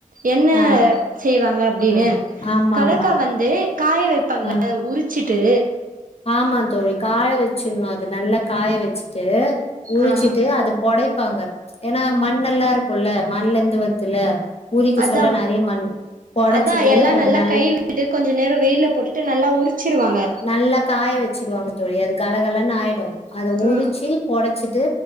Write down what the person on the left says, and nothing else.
ஆ
ஆ ஆமா
ஆமா
ஆ
ஆமா தோழி காய வெச்சிட்ணு அது நல்லா காய வெச்சிட்டு உரிச்சிட்டு
அத பொடைப்பாங்க ஏனா மண்ணல்லா இருக்குல்ல மண்லர்ந்து வர்துல்ல உரிக்க
சொல்ல நறைய மண் பொடச்சிட்டு
அத
நல்
நல்லா காய வெச்சிடுவாங்க தோழி அது கலகலன் ஆய்டு அத உரிச்சி
பொடச்சிட்டு